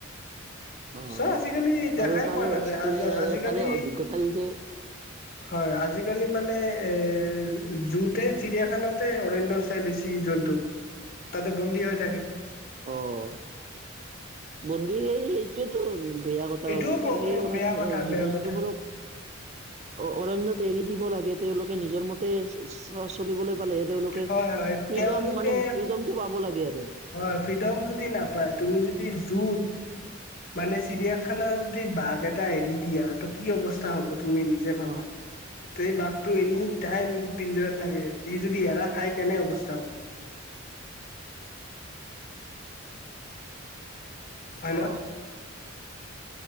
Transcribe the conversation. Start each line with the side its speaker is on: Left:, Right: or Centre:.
Right: অ
Left: চব আজিকালি
Right: বাৰু
Left: দেখাই
Right: তাৰে
Left: পোৱা নাযায়
Right: এক্সপিৰিয়ে
Left: আজি আজিকালি
Right: তাৰে অভিজ্ঞতাৰ বিষয়ে
Left: হয় আজিকালি মানে এ জুতে চিৰিয়াখানাতে অৰণয়ৰ চাই বেছি জন্তু ততে বন্দী হৈ থাকে।
Right: অহ বন্দি সেই আহেইছ তো বেয়া কথা
Left: এইটোও প্ৰব্লেম
Right: সেই অৰণ্য
Left: বেয়া কথা
Right: জীৱ
Left: বেয়া
Right: জন্তুবোৰক
Left: কথা
Right: অ অৰণ্যয়ত এৰি দিব লাগে তেওঁলোকে নিজৰ মতে চলিবলৈ পালেহে তেওঁলোকে
Left: হয় হয়
Right: ফ্ৰীডম
Left: তেওঁলোকে
Right: মানে ফ্ৰীডমটো পাব লাগে আৰু
Left: হয় ফ্ৰীডম যদি নাপায় তুমি যদি যুত মানে চিৰিয়াখানাৰ যদি বাঘ এটা এৰি দিয়া ত কি অৱস্থা হ'ব। তুমি নিজে ভাবা
Right: অ
Left: এই বাঘটো এনি টাইম পিঞ্জত থাকে ত যদি <unintelligible> এৰা খাই, কেনে অৱস্থা হ'ব। <unintelligible>
Right: অ